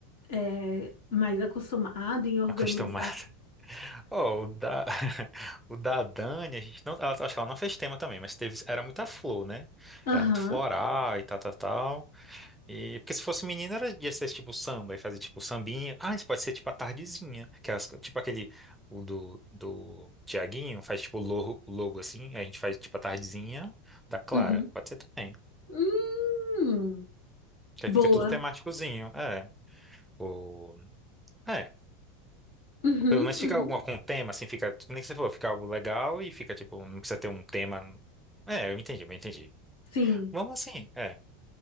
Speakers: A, on the left (about 80°); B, in the centre.
A: é, mais acostumado em organizar.
B: acostumado. Ó, o da, <laughs> o da Dani, a gente não, ela- acho que ela não fez tema também, mas teve, era muita flor, né?
A: Aham,
B: Era muito floral e tal, tal, tal. E, porque se fosse menina, era, ia ser tipo samba, e fazer tipo sambinha. Ah, isso pode ser tipo a tardezinha, que é as- tipo aquele, o do, do Tiaguinho, faz tipo o logo, o logo assim, a gente faz tipo a tardezinha da Clara.
A: uhum.
B: Pode ser também.
A: Hum,
B: Que
A: boa.
B: aí fica tudo temáticozinho, é. O, é.
A: Uhum,
B: Pelo menos
A: uhum.
B: fica alguma com tema, assim, fica, nem que você falou, fica algo legal e fica, tipo, não precisa ter um tema. É, eu entendi, eu entendi.
A: Sim.
B: Vamos assim, é,